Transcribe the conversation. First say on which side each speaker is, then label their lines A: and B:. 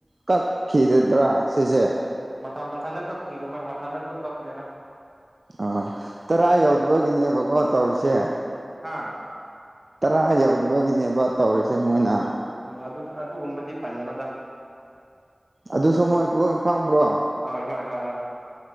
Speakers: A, on the right (about 50°); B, on the right (about 20°).
A: ꯀꯛꯈꯤꯒꯗ꯭ꯔꯥ ꯁꯤꯁꯦ
B: ꯃꯇꯝ ꯃꯊꯟꯗ ꯀꯛꯈꯤꯕ ꯃꯊꯟꯗ ꯑꯗꯨꯝ ꯀꯛꯄꯅꯦꯗ
A: ꯑꯥ ꯇꯔꯥ ꯌꯧꯗꯕꯒꯤꯅꯦꯕꯀꯣ ꯇꯧꯔꯤꯁꯦ
B: ꯍꯥꯥ
A: ꯇꯔꯥ ꯌꯧꯗꯕꯒꯤꯅꯦꯕ ꯇꯧꯔꯤꯁꯦ ꯃꯣꯏꯅ
B: ꯎꯝ ꯑꯗꯨ ꯑꯗꯨꯒꯨꯝꯕꯗꯤ ꯄꯟꯒꯅꯨꯗ
A: ꯑꯗꯨꯁꯨ ꯃꯣꯏ ꯂꯣꯏꯟ ꯈꯪꯕ꯭ꯔꯣ
B: ꯑꯥ ꯍꯣꯏ ꯍꯣꯏ ꯍꯣꯏ